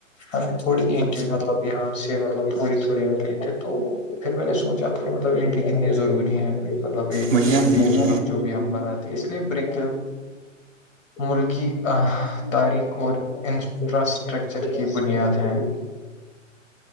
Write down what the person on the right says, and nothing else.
وہی
نا بھائی،